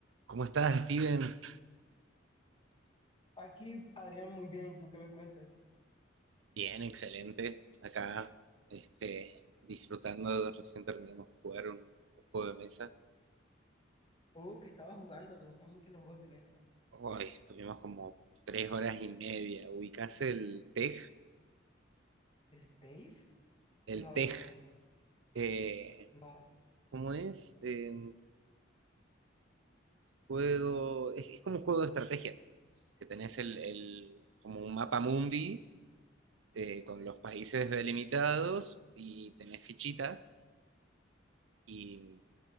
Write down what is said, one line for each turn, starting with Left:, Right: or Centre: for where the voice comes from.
Right: ¿Cómo estás, Steven?
Left: Aquí, Adrián, muy bien. ¿Y tú qué me cuentas?
Right: Bien, excelente. Acá, este, disfrutando, recién terminamos de jugar un, un juego de mesa.
Left: Oh, que estaba jugando. Me gustan mucho los juegos de mesa.
Right: Hoy estuvimos como tres horas y media. ¿Ubicás el tej?
Left: ¿El TAFE?
Right: El
Left: No,
Right: tej,
Left: no, no, no.
Right: eh,
Left: No,
Right: ¿cómo es? Eh, juego, es, es como un juego de estrategia, que tenés el, el- como un mapa mundi eh, con los países delimitados y tenés fichitas y,